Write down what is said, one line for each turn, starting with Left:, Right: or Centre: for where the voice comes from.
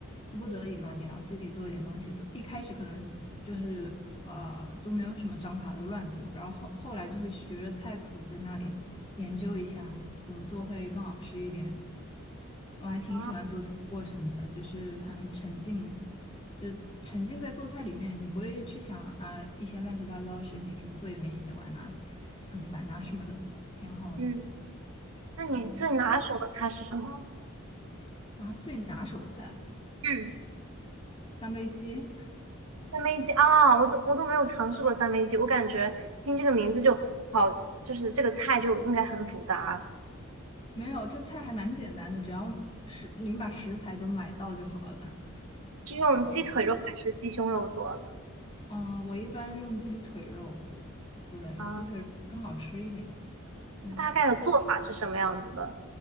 Left: 就不得已嘛，你要自己做一点东西。做一开始可能就是呃都没有什么章法的乱做，然后后后来就会学着菜谱在那里研究一下怎么做会更好吃一点。我还挺喜欢做菜过程的，
Right: 啊，
Left: 就是很沉浸，就沉浸在做菜里面，你不会去想啊一些乱七八糟的事情，什么作业没写完啊，很烦啊什么的，挺好的。
Right: 嗯，那你最拿手的菜是什么？
Left: 嗯，啊，最拿手的菜
Right: 嗯。
Left: 三杯鸡。
Right: 三杯鸡啊，我都我都没有尝试过三杯鸡，我感觉听这个名字就好，就是这个菜就应该很复杂，
Left: 没有，这菜还蛮简单的，只要食，您把食材都买到就好了。
Right: 是用鸡腿肉还是鸡胸肉做
Left: 嗯嗯，我一般用鸡腿肉，对，
Right: 啊？
Left: 鸡腿更好吃一点。嗯。
Right: 大概的做法是什么样子的？